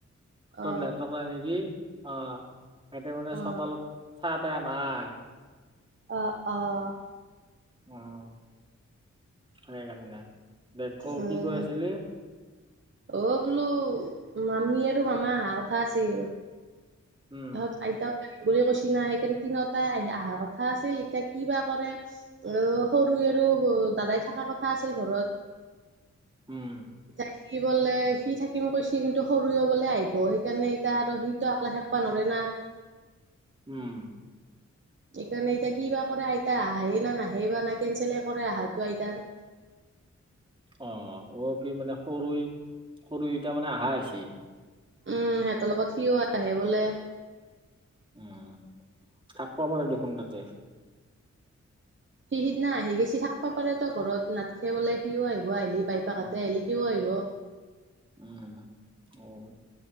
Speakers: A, on the right; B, on the right.
A: তৰ
B: অ
A: নেটৱৰ্ক নাই নেকি অ', এতে মানে
B: অ
A: চতালত ছাঁ তাহ নাই।
B: অ', - অ',
A: উমসেইকাৰণে দে কও
B: উম
A: কি কৈ আছিলি
B: অ', বোলো মামী আৰু মামা আহা কথা আছিল
A: উম
B: তাৰপিছত আইতা বুলি কৈছি না সেইকাৰণে তিনিওটাই আহি অহা কথা আছিল এতিয়া কিবা কৰে অ', সৰু তুমি আৰু দাদাই থকা কথা আছিল ঘৰত
A: উম
B: এতিয়া সি বোলে সি থাকিম কৈছে কিন্তু সৰুও বোলে আহিব সেইকাৰণে এতিয়া আৰু সিটো আকলাই থাক থাকবা ধৰে নহয়
A: উম
B: সেইকাৰণে এতিয়া কি বা কৰে আইতা আহে না নাহে বা না কেনচেল কৰে আহাটো আইতাৰ <inaudible>
A: অ', অ', কি মানে সৰু সৰু ইটা মানে আহা হৈছে
B: উম সিহঁতৰ লগত সিও আহে বোলে
A: উম থাক পা পাৰে দেখোন তাতে
B: সি সিদিনা আহি গেছি থাকিব পাৰে ত ঘৰত নাথকে বোলে সিও আহিব আহিলে বাইপেকহঁতে
A: উম
B: আহিলি সিও আহিব
A: উম অ',